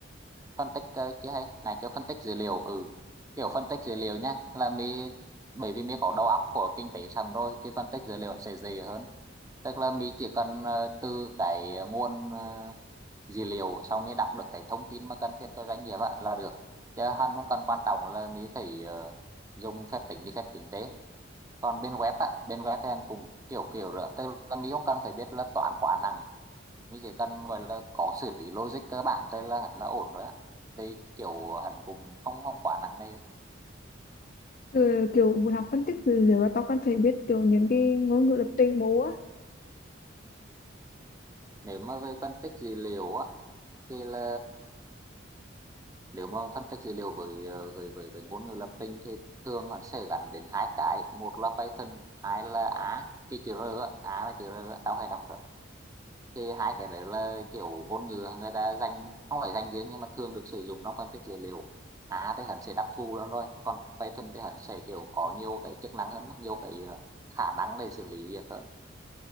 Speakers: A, on the right (about 15°); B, on the left (about 45°).
A: phân tích ờ, chứ hay này cái phân tích dữ liệu ừ kiểu phân tích dữ liệu nha là mi bởi vì mi có đầu óc của kinh tế sẵn rồi thì phân tích dữ liệu sẽ dễ hơn tức là mi chỉ cần ờ, từ cái nguồn ờ, dữ liệu xong mi đọc được cái thông tin mà cần thiết cho doanh nghiệp á là được chứ hắn không cần quan trọng là mi phải ờ, dùng phép tính đi phép tính tế còn bên web á bên web thì em cũng kiểu kiểu rồi tức là mình không cần phải biết là toán quá nặng mình chỉ cần gọi là có xử lý logic cơ bản thôi là hẳn là ổn rồi á thì kiểu hẳn cũng không không quá nặng này
B: ừ, kiểu muốn học phân tích dữ liệu là tao cần phải biết kiểu những cái ngôn ngữ lập trình bố á
A: nếu mà về phân tích dữ liệu á thì là nếu mà phân tích dữ liệu với ờ, với với, với ngôn ngữ lập trình thì thường hẳn sẽ gắn đến hai cái một là Python hai là A cái chữ R á A là chữ R á tao hay đọc thì hai cái đấy là kiểu ngôn ngữ người ta dành không phải dành riêng nhưng mà thường được sử dụng trong phân tích dữ liệu Á thì hắn sẽ đặc thù lắm rồi còn Python thì hắn sẽ kiểu có nhiều cái chức năng hơn nhiều cái ờ, khả năng để xử lý việc hơn